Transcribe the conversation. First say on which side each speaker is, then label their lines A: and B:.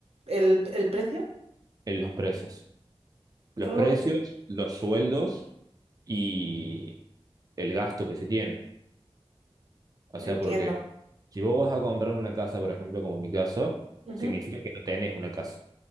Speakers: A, on the right (about 85°); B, on the right (about 40°).
A: ¿El, el precio?
B: en los precios. Los
A: Ok.
B: precios, los sueldos y el gasto que se tiene. O
A: Entiendo.
B: sea, porque si vos vas a comprar una casa, por ejemplo, como en mi caso,
A: Ujú,
B: significa que no tenés una casa.